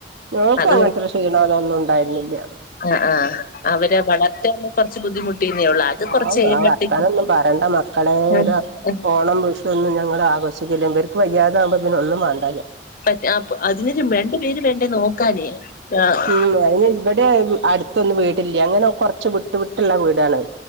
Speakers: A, on the right (about 70°); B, on the left (about 50°).
A: ഞങ്ങക്കു
B: അത്
A: അങ്ങൻത്തൊരു ക്ഷീണോ അതൊന്നും ഉണ്ടായിരുന്നില്ല്യാ
B: അഹ് ആഹ് അവരെ വളർത്താന് കൊറച്ച് ബുദ്ധിമുട്ടീന്നേ ഉള്ളൂ അത് കുറച്ച്
A: ആവു
B: കഴിയുമ്പഴത്തേക്കും
A: ആ വർത്താനൊന്നും പറണ്ട മക്കളേ
B: ഉം
A: ഒരു
B: ഉം
A: ഓണം വിഷു ഒന്നും ഞങ്ങള് ആഘോഷിക്കില്ലേ ഇവർക്ക് വയ്യാതാവുമ്പോ പിന്നെ ഒന്നും വേണ്ടായി
B: പ്പത്തെ ആപ്പ് അതിനൊരു രണ്ടു പേര് വേണ്ടേ നോക്കാനേ ആഹ്
A: ഉം അയിന് ഇവിടെ അടുത്തൊന്നും വീടില്ല അങ്ങനെ കൊറച്ച് വിട്ട് വിട്ടുള്ള വീടാണ്